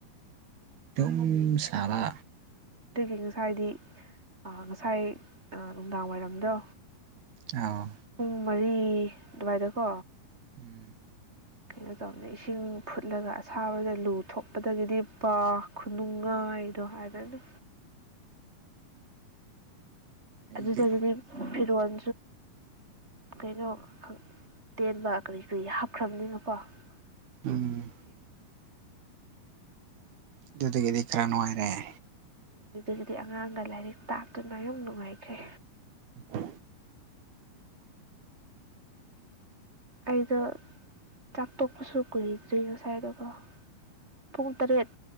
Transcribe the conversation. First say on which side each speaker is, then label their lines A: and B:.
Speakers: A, on the right; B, on the right.
A: ꯑꯗꯨꯨꯝ ꯁꯥꯂꯥ
B: ꯑꯗꯨꯒꯤ ꯉꯁꯥꯏꯗꯤ ꯉꯁꯥꯏ ꯅꯨꯡꯗꯥꯡ ꯋꯥꯏꯔꯝꯗꯣ
A: ꯑ
B: ꯄꯨꯡ ꯃꯔꯤ ꯑꯗꯨꯋꯥꯏꯗꯀꯣ
A: ꯎꯝ
B: ꯀꯩꯅꯣ ꯇꯧꯅꯤ ꯏꯁꯤꯡ ꯐꯨꯠꯂꯒ ꯑꯁꯥꯕꯗ ꯂꯨ ꯊꯣꯛꯄꯗꯒꯤꯗꯤ ꯄꯥ ꯈꯨꯅꯨꯡꯉꯥꯏꯗꯣ ꯍꯥꯏꯔꯅ
A: ꯑꯩꯗꯤ
B: ꯑꯗꯨꯗꯒꯤꯅꯦ ꯐꯤꯔꯣꯜ ꯀꯩꯅꯣ ꯇꯦꯟꯕ ꯀꯔꯤ ꯀꯔꯤ ꯍꯥꯞꯈ꯭ꯔꯕꯅꯤꯅꯀꯣ
A: ꯎꯝ
B: ꯌꯥꯝ ꯅꯨꯡꯉꯥꯏ
A: ꯑꯗꯨꯗꯨꯗꯒꯤꯗꯤ ꯈꯔ ꯅꯨꯡꯉꯥꯏꯔꯦ
B: ꯑꯗꯨꯗꯒꯤꯗꯤ ꯑꯉꯥꯡꯒ ꯂꯥꯏꯔꯤꯛ ꯇꯥꯛꯇꯨꯅ ꯌꯥꯝ ꯅꯨꯡꯉꯥꯏꯈ꯭ꯔꯦ
A: ꯑ
B: ꯑꯩꯗꯣ ꯆꯥꯛꯇꯣꯛꯄꯁꯨ ꯀꯨꯏꯗ꯭ꯔꯤ ꯉꯁꯥꯏꯗꯨꯕꯣ ꯄꯨꯡ ꯇꯔꯦꯠ